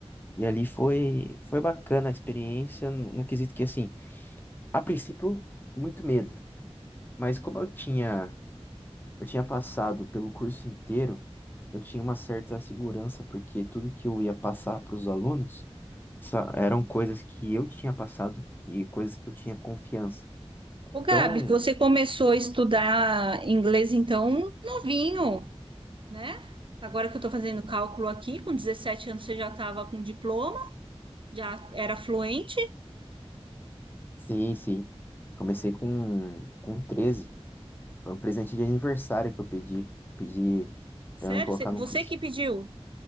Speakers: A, on the left; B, on the right.
A: e ali foi, foi bacana a experiência, no, no quesito que, assim, a princípio, muito medo. Mas como eu tinha, eu tinha passado pelo curso inteiro, eu tinha uma certa segurança, porque tudo que eu ia passar para os alunos sa- eram coisas que eu tinha passado e coisas que eu tinha confiança.
B: Ô, Gabi,
A: Então,
B: você começou a estudar inglês, então, novinho, né? Agora que eu estou fazendo cálculo aqui, com 17 anos você já estava com diploma, já era fluente?
A: sim, sim. Comecei com, com treze Foi um presente de aniversário que eu pedi. Eu pedi
B: Sério?
A: para me colocar
B: Você
A: no
B: você
A: curso.
B: que pediu?